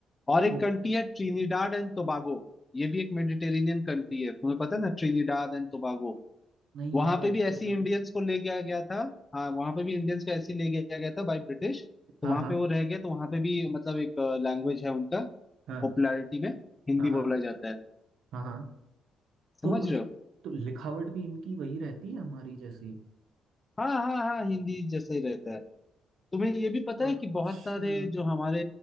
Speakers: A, on the left (about 20°); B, on the right (about 75°).
A: और
B: तो
A: एक कंट्री है ट्रिनिडाड एंड टोबागो ये भी एक मेडिटेरेनियन कंट्री है तुम्हें पता है ना ट्रिनिडाड एंड टोबागो
B: नहीं
A: वहां
B: ये कंट्री
A: पे भी ऐसी
B: का
A: इंडियंस को ले गया गया था हाँ वहां पे भी इंडियंस को ऐसी ले गया गया था बाय ब्रिटिश तो
B: हाँ
A: वहां
B: हाँ
A: पे वो रह गए तो वहां पे भी मतलब एक लैंग्वेज है उनका
B: हाँ
A: पॉपुलैरिटी में हिंदी
B: हाँ हाँ
A: बोला जाता है
B: हाँ हाँ
A: समझ
B: तो मतलब
A: रहे हो
B: तो लिखावट भी इनकी वही रहती है हमारी जैसी
A: हाँ हाँ हाँ हिंदी जैसा ही रहता है तुम्हें ये भी पता है
B: अच्छा
A: कि बहुत सारे जो हमारे